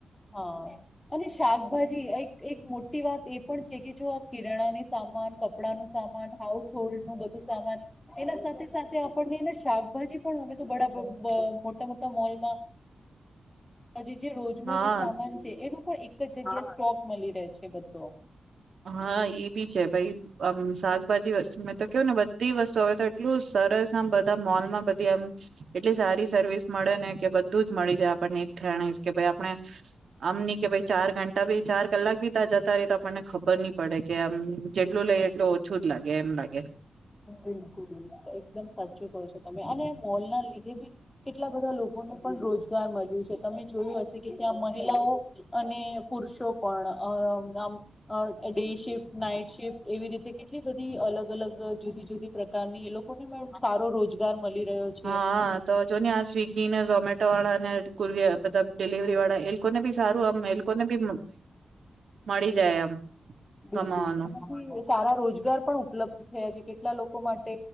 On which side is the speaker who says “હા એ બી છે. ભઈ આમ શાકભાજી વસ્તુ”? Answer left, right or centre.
Right